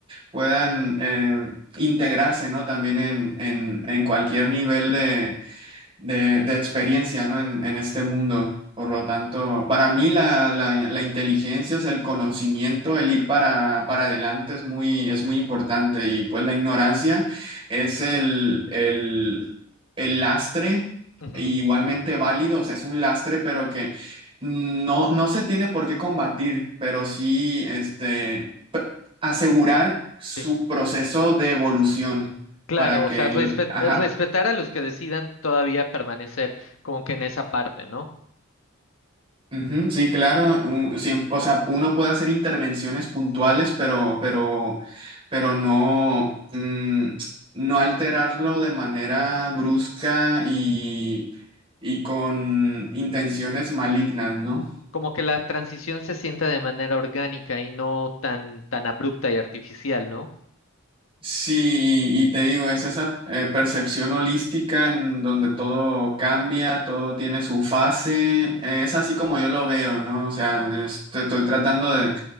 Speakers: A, on the right; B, on the left.
A: puedan eh, integrarse, ¿no? También en, en, en cualquier nivel de, de, de experiencia, ¿no? En, en este mundo. Por lo tanto, para mí la, la, la inteligencia, o sea, el conocimiento, el ir para, para adelante es muy, es muy importante. Y pues la ignorancia es el, el, el lastre,
B: ujú,
A: igualmente válido, o sea, es un lastre, pero que no, no se tiene por qué combatir, pero sí este, p- asegurar su
B: sí.
A: proceso de evolución
B: Claro,
A: para
B: o
A: que,
B: sea,
A: el-
B: respet-
A: ajá,
B: eh, respetar a los que decidan todavía permanecer como que en esa parte, ¿no?
A: Ujú, sí, claro, un- siem- o sea, uno puede hacer intervenciones puntuales, pero, pero, pero no, mm, no alterarlo de manera brusca y, y con intenciones malignas, ¿no?
B: Como que la transición se sienta de manera orgánica y no tan, tan abrupta y artificial, ¿no?
A: Sí, y te digo, es esa eh, percepción holística en donde todo cambia, todo tiene su fase, eh, es así como yo lo veo, ¿no? O sea, es- te estoy tratando de,